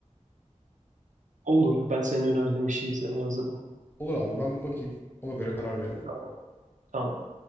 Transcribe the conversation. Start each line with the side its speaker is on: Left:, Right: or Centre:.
Right: Olur. Ben senin önerdiğin bir şey izlemeye hazırım.
Left: Olur abi ben bir bakayım. Ona göre karar verelim.
Right: Tamam. Tamam.